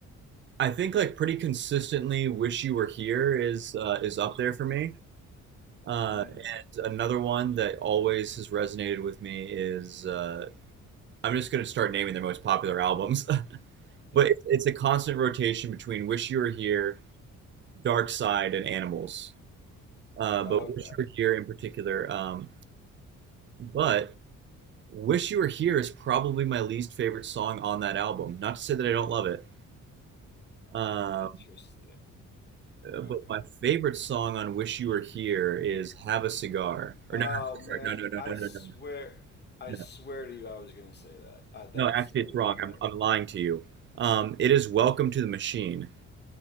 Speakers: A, on the right; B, on the left.
A: I think like pretty consistently "Wish You Were Here" is uh, is up there for me. Uh,
B: Mm,
A: and another one that always has resonated with me is uh, I'm just going to start naming their most popular albums, <laughs>
B: yeah.
A: but it's, it's a constant rotation between "Wish You Were Here," "Dark Side," and "Animals." Uh, but
B: Okay.
A: "Wish You Were Here" in particular. Um, but "Wish You Were Here" is probably my least favorite song on that album. Not to say that I don't love it. Uh,
B: Interesting.
A: Uh,
B: Okay.
A: but my favorite song on "Wish You Were Here" is "Have a Cigar." Or
B: Oh
A: no, no,
B: man,
A: no, no, no,
B: I
A: no,
B: swear,
A: no, no,
B: I
A: no.
B: swear to you, I was gonna say that. Uh, that's
A: No, actually,
B: like
A: it's wrong.
B: yes.
A: I'm, I'm lying to you. Um, it is "Welcome to the Machine."